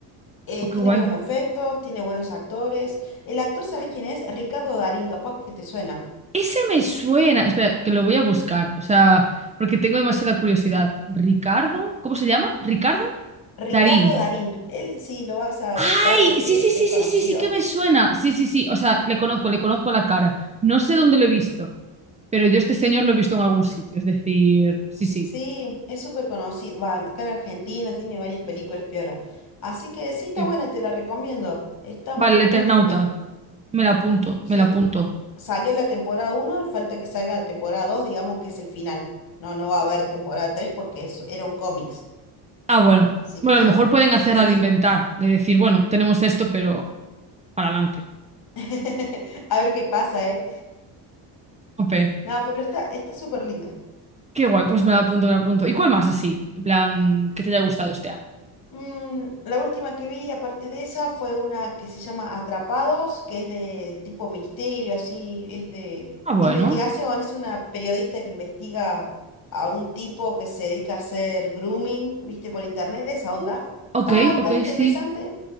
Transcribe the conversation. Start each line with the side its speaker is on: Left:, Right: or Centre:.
Left: eh,
Right: Oh,
Left: tiene
Right: qué guay.
Left: buenos efectos, tiene buenos actores. El actor, ¿sabes quién es? Ricardo Darín, capaz que te suena.
Right: Ese me suena. Espera, que lo voy a buscar. O sea, porque tengo demasiada curiosidad. ¿Ricardo? ¿Cómo se llama? ¿Ricardo?
Left: Ricardo
Right: Darín.
Left: Darín, él sí lo vas a
Right: ¡Ay!
Left: ubicar porque
Right: Sí, sí, sí,
Left: es conocido.
Right: sí, sí, sí que me suena. Sí, sí, sí. O sea, le conozco, le conozco la cara. No sé dónde lo he visto, pero yo este señor lo he visto en algún sitio. Es decir, sí, sí.
Left: Sí, es súper conocido. Va, acá en Argentina tiene varias películas piola. Así que sí, está
Right: sí.
Left: buena, te la recomiendo. Está
Right: Vale,
Left: muy,
Right: el Eternauta.
Left: muy linda.
Right: Me la apunto,
Left: Sí,
Right: me la apunto.
Left: salió la temporada uno y falta que salga la temporada 2 digamos que es el final. No, no va a haber temporada 3 porque eso era un cómics.
Right: Ah, bueno.
Left: Así
Right: Bueno,
Left: que
Right: a
Left: ya,
Right: lo mejor pueden
Left: sí,
Right: hacerla
Left: sí,
Right: de
Left: sí.
Right: inventar, de decir, bueno, tenemos esto, pero para adelante.
Left: <laughs> A ver qué pasa, ¿eh?
Right: Ope.
Left: No, pero está, está súper linda.
Right: Qué guay, pues me la apunto, me la apunto. ¿Y cuál más así? En plan, que te haya gustado este año.
Left: Mm, la última que vi, aparte de esa, fue una que se llama Atrapados, que es de tipo misterio, así, es de
Right: Ah, bueno.
Left: investigación. Es una periodista que investiga a un tipo que se dedica a hacer grooming, viste, por internet, esa onda.
Right: Uh, Ok,
Left: Está, está
Right: ok,
Left: interesante,
Right: sí.